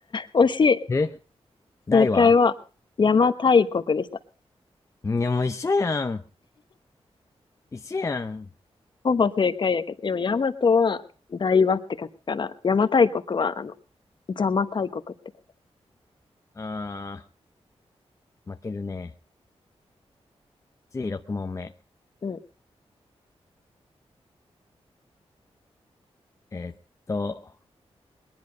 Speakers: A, on the left; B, on the left.
A: 惜しい。
B: え大は
A: 正解は、邪馬台国でした。
B: いや、もう一緒やん。一緒やん。
A: ほぼ正解やけど、でも大和は大和って書くから、邪馬台国は、あの、邪馬台国って書く。
B: あー、負けるね。次6問目。
A: う
B: えーっと、